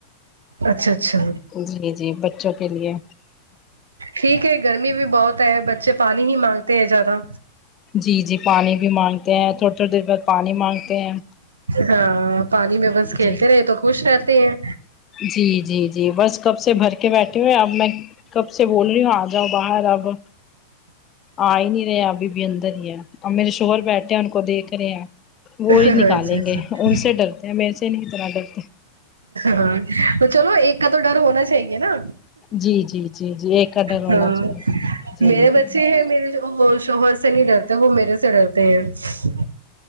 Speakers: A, on the right; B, on the left.
A: اچھا اچھا
B: جی جی بچوں کے لیے
A: ٹھیک ہے گرمی بھی بہت ہے بچے پانی ہی مانگتے ہیں زیادہ
B: جی جی پانی بھی مانگتے ہیں تھوڑی تھوڑی دیر بعد پانی مانگتے ہیں
A: ہاں پانی میں بس کھیلتے
B: جی
A: رہے تو خوش رہتے ہیں
B: جی جی جی بس کب سے بھر کے بیٹھے ہوئے اب میں کب سے بول رہی ہوں آ جاؤ باہر اب آ ہی نہیں رہے ابھی بھی اندر ہی ہے اب میرے شوہر بیٹھے ہیں ان کو دیکھ رہے ہیں وہی
A: اچھا
B: نکالیں
A: اچھا
B: گے ان سے ڈرتے ہیں میرے سے نہیں اتنا ڈرتے
A: ہاں تو چلو ایک کا تو ڈر ہونا چاہیے نا
B: جی جی جی جی ایک کا ڈر ہونا
A: ہاں
B: چاہیے
A: میرے
B: جی جی
A: بچے ہیں میرے جو شوہر سے نہیں ڈرتے وہ میرے سے ڈرتے ہیں